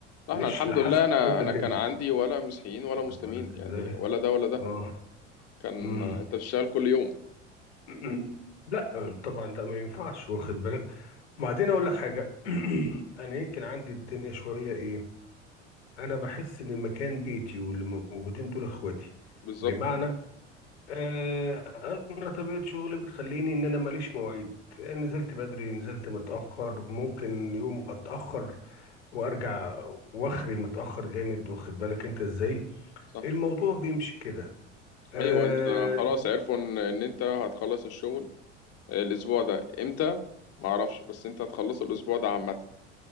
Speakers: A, on the left; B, on the left.
A: مش
B: احنا الحمد
A: لحسن
B: لله انا
A: او لجنة
B: انا كان عندي ولا مسيحيين ولا مسلمين
A: واخد بالك
B: يعني
A: ازاي
B: ولا ده ولا ده
A: اه
B: كان
A: امم
B: انت بتشتغل كل يوم
A: أمم. <clears throat> لا طبعا لا ما ينفعش واخد بالك وبعدين اقول لك حاجة <clears throat> انا يمكن عندي الدنيا شوية ايه انا بحس ان المكان بيتي واللي موجودين دول اخواتي
B: بالظبط
A: بمعنى آه، انا طبيعه شغلي بتخليني ان انا ماليش مواعيد نزلت بدري نزلت متاخر ممكن يوم اتاخر وارجع واخري متاخر جامد واخد بالك انت ازاي
B: صح
A: الموضوع بيمشي كده آه،
B: ايوه انت خلاص عرفوا ان ان انت هتخلص الشغل الاسبوع ده امتى ما اعرفش بس انت هتخلصه الاسبوع ده عامه